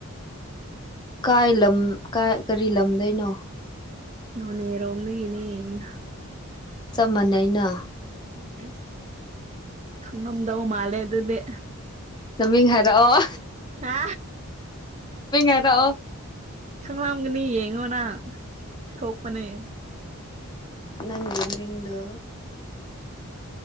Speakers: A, on the left; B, on the right.
A: ꯀꯥꯏ ꯂꯝ ꯀ ꯀꯔꯤ ꯂꯝꯗꯅꯣ
B: ꯅꯅꯦꯔꯣꯝꯗꯤꯒꯅꯤ
A: ꯆꯞ ꯃꯥꯟꯅꯩꯅ
B: ꯑꯁ ꯈꯪꯉꯝꯗꯧ ꯃꯥꯜꯂꯦ ꯑꯗꯨꯗꯤ
A: ꯇꯃꯤ ꯍꯥꯏꯔꯑꯣ
B: ꯑ
A: ꯍꯥꯏꯔꯛꯑꯣ
B: ꯈꯪꯂꯝꯒꯅꯤ ꯌꯦꯡꯉꯣꯅ ꯊꯣꯛꯄꯅꯦ
A: ꯅꯪꯒꯤ ꯃꯤꯔꯤꯡꯗꯣ